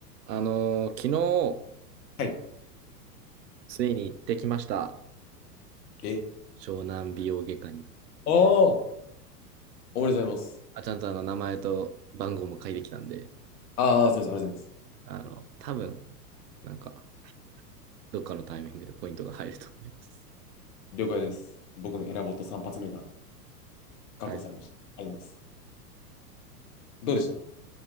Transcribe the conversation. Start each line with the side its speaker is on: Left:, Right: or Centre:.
Right: あのー昨日、
Left: はい。
Right: ついに行ってきました。
Left: え、
Right: 湘南美容外科に。
Left: ああ、おめでとうございます。
Right: あ、ちゃんとあの、名前と番号も書いてきたんで、
Left: ああ、すみません、ありがとうございます。
Right: あの、多分、なんか、どっかのタイミングでポイントが入ると思います。
Left: 了解です。僕のエラボット3発目が確保されました。
Right: はい。
Left: ありがとうございます。どうでしたい